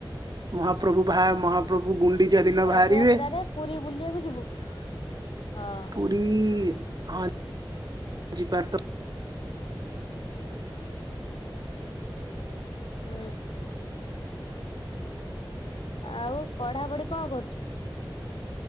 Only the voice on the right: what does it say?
ମହାପ୍ରଭୁ ଭା ମହାପ୍ରଭୁ ଗୁଣ୍ଡିଚା ଦିନ
ବାହାରିବେ।
ପୀ ହ ଯିବା ତ।